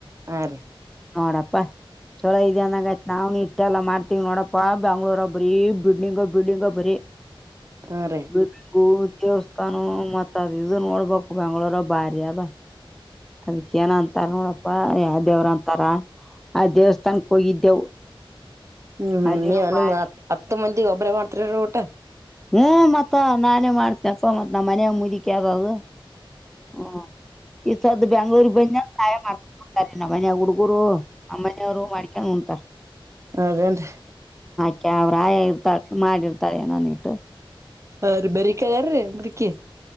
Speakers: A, on the right (about 30°); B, in the centre.
A: ಹಾ ರೀ.
B: ನೋಡಪ್ಪಾ. ಚೊಲೋ ಇದ ಅಂದಂಗ ಆಯ್ತ್ ನಾವ್ ಇಟ್ಟ ಎಲ್ಲ ಮಾಡ್ತವ್ ನೋಡಪ್ಪಾ ಬೆಂಗಳೂರುರ ಬರೀ ಬಿಲ್ಡಿಂಗ ಬಿಲ್ಡಿಂಗ ಬರೀ
A: ಹಾ ರೀ
B: ಬೆೇಕು ದೇವಸ್ಥಾನ ಮತ್. ಮತ್ತಾ ಅದ ಇದು ನೋಡ್ಬೇಕು ಬೆಂಗ್ಗಳೂರದಗ್ ಮಾತ್ರ ಭಾರಿ ಅದ ಅದಕ್ಕ ಏನ ಅಂತಾರ ನೋಡ. ಯಾವ ದೇವ್ರ ಅಂತಾರ ಆ ದೇವಸ್ಥಾನಕ್ ಹೋಗಿದ್ದೆವು.
A: ಹ್ಮ್ ಹ್ಮ್
B: ಅಲ್ಲಿನೂ
A: ನೀವ ನಿಮ
B: ಬಾರಿ
A: ಹತ್ ಹತ್ತು ಮಂದಿ ಒಬ್ಬರೇ ಮಾಡ್ತರಿ ಊಟ..
B: ಹ್ಮ ಮತ್ತ ನಾನೇ ಮಾಡ್ತೇನಪ್ಪ ಮತ್ ನಮ್ಮ ಮನಯ ಮುದಿಕ ಯಾವ್ದದು. ಹಾ. ಈ ಸದ್ದನ ಬೆಂಗ್ಳೂರಿಗೆ ಬಂದಿ ತಾಯ ಮಾಡ್ಕೊಂಡತಾರೆ ನಮ್ಮ ಮನ ಹುಡ್ಗರು ನಮ್ಮನೆಯವ್ರು ಮಾಡ್ಕೊಂಡ ಉಂತಾರೆ.
A: ಅದೇನ್
B: ಅಕ ಅವ್ರ ಆಯಾ ಇರ್ತಾಳ ಮಾಡಿತಳ ಏನೋನ್ ಇಟ್ಟು
A: ಹ ರೀ ಬರಿಕ ಅದಾರೀ ಅ್ರಕಿ